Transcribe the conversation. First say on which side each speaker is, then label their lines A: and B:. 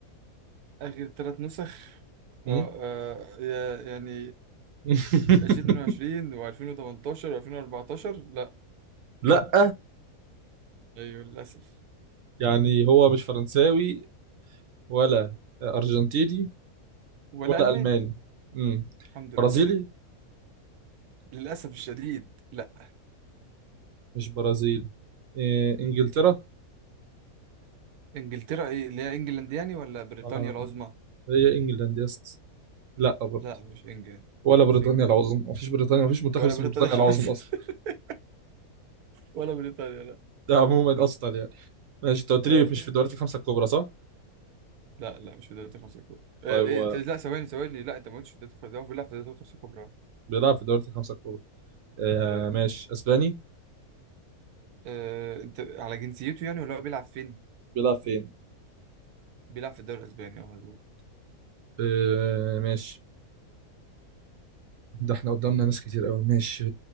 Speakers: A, on the right; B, on the right.
A: آخر ثلاث نسخ
B: مم؟
A: اه آه، يا- يعني
B: <laughs>
A: 2022 و2018 و2014 لا
B: لا
A: ايوه للأسف
B: يعني هو مش فرنساوي ولا أرجنتيني
A: ولا
B: ولا
A: ألماني
B: ألماني امم
A: الحمد لله
B: برازيلي
A: للأسف الشديد لا
B: مش برازيلي إيه إنجلترا
A: انجلترا ايه اللي هي انجلاند يعني ولا بريطانيا
B: ولا
A: العظمى
B: هي إنجلاند يا اسطى لا برضه
A: لا مش انجلاند
B: ولا بريطانيا
A: مش انجلاند
B: العظمى مفيش بريطانيا مفيش منتخب
A: ولا
B: اسمه
A: بريطانيا
B: بريطانيا
A: العظمى.
B: العظمى أصلا
A: <laughs> ولا بريطانيا لا
B: ده عموما أصلا يعني ماشي أنت قلت
A: اه
B: لي مش في الدوريات الخمسة الكبرى صح؟
A: لا لا مش في دوري الخمسة الكبرى آه
B: طيب
A: إيه
B: هو
A: ده- لا ثواني ثواني لا انت ما قلتش في دوري الخمسة هو بيلعب في دوري الخمسة الكبرى
B: بيلعب في الدوريات الخمسة الكبرى آه
A: ايوه
B: ماشي أسباني
A: آه انت على جنسيته يعني ولا هو بيلعب فين
B: بيلعب فين؟
A: بيلعب في الدوري الاسباني اه مظبوط
B: آه ماشي ده احنا قدامنا ناس كتير قوي ماشي